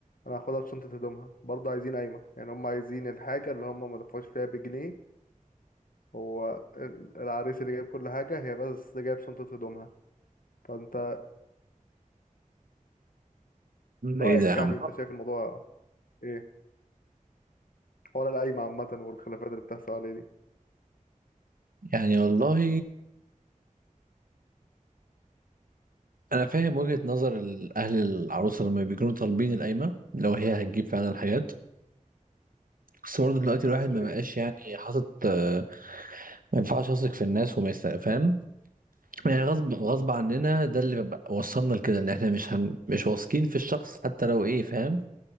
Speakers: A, on the left; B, on the right.
A: انا هاخدها في شنطة هدومها برضه عايزين قايمة يعني هم عايزين الحاجة اللي هم ما دفعوش فيها بجنيه هو ال- العريس اللي جايب كل حاجة هي بس جايب شنطة هدومها فانت رأيك
B: ايه ده يا عم
A: يعني انت شايف الموضوع ايه حوار القايمة عامة والخلافات اللي بتحصل عليه دي
B: يعني والله انا فاهم وجهة نظر ال- اهل العروسه لما بيكونوا طالبين القايمه لو هي هتجيب فعلا الحاجات بس برضه دلوقتي الواحد
A: ماشي
B: ما بقاش يعني حاطط آه، ما ينفعش يثق في الناس وما يست- فاهم يعني غصب غصب عننا ده اللي بقى- وصلنا لكده ان احنا مش هن... مش واثقين في الشخص حتى لو ايه فاهم